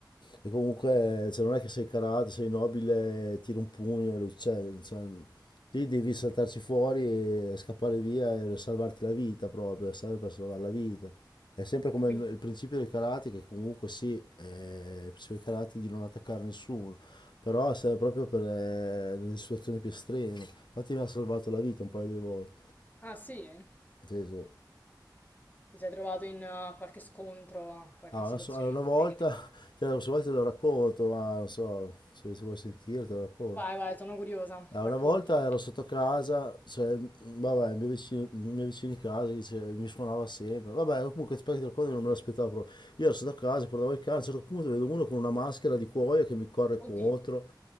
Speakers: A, on the left; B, on the left.
A: e comunque cioè, non è che sei karate, sei nobile, tiri un pugno e lo uccidi, cioè, lì devi saltarci fuori e scappare via e salvarti la vita proprio, serve per salvare la vita. È sempre come
B: quindi...
A: il, il principio del karate, che comunque sì, eh, il principio del karate è di non attaccare nessuno, però serve proprio per eh, le situazioni più estreme. Infatti mi ha salvato la vita un paio di volte.
B: Ah sì,
A: Sì, sì.
B: ti sei trovato in eh, qualche scontro, qualche
A: Ah,
B: situazione
A: una, so- allora,
B: un
A: una
B: po'
A: volta,
B: critica?
A: <laughs> te lo- se vuoi te lo racconto, ma non so se, se vuoi sentire te lo racconto.
B: Vai, vai, sono curiosa,
A: Ah,
B: racconta.
A: una volta ero sotto casa, cioè, vabbè, il mio vicino, il mio vicino di casa dice- mi suonava sempre. Vabbè, comunque ti racconto, che non me l'aspettavo proprio. Io ero sotto casa, portavo il cane, a un certo punto vedo uno con una maschera di cuoio che mi corre
B: Oddio,
A: contro